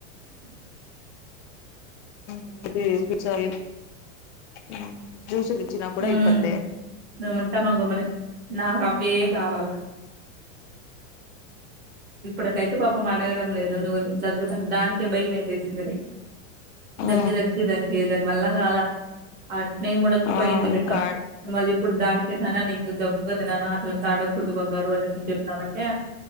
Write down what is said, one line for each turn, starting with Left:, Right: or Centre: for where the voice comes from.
Left: ఉందే కుచల్ మ్మ్ జ్యూస్లు ఇచ్చినప్పుడే
Right: హ్మ్.
Left: ఇబ్బందే
Right: మేముంటామా గమ్మున. నాకవ్వే
Left: మ్
Right: కావాల. ఇప్పటికైతే పాపం అడగడం లేదు నువ్వు దగ్గుతన్ దానికే భయంమేసేసింది డై
Left: ఆ
Right: దగ్గి దగ్గి దానికి దాని వల్ల కాల అట్ నే ముడక్కుపోయింది
Left: ఆ
Right: బిడ్డ
Left: ఇంకా
Right: మళ్ళీ ఇప్పుడు దానికి నానా నీకు దగ్గు కదా నాన్న అట్లంత ఆడగ కుడదు బంగారు అనేసి చెప్నమంటే